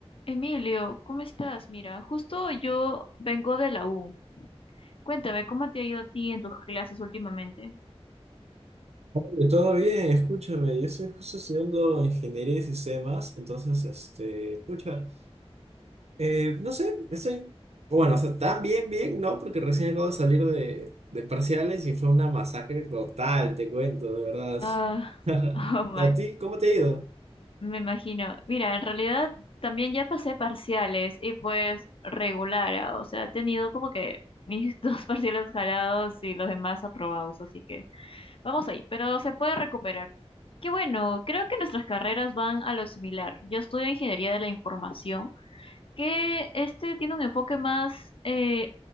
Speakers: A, on the left (about 55°); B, on the right (about 80°).
A: Emilio, ¿cómo estás? Mira, justo yo vengo de la U. Cuéntame, ¿cómo te ha ido a ti en tus clases últimamente?
B: Eh, Todo bien, escúchame, yo estoy justo estudiando ingeniería y sistemas, entonces, este, escucha, eh, no sé, estoy, bueno, o sea, tan bien, bien, ¿no? Porque recién acabo de salir de, de parciales y fue una masacre total, te cuento, de verdad.
A: Ah,
B: <laughs>
A: <laughs> oh my,
B: ¿A ti cómo te ha ido?
A: me imagino. Mira, en realidad también ya pasé parciales y pues regular, ah, o sea, he tenido como que mis <laughs> dos parciales jalados y los demás aprobados, así que vamos ahí, pero se puede recuperar. Qué bueno, creo que nuestras carreras van a lo similar. Yo estudio ingeniería de la información. que este tiene un enfoque más eh,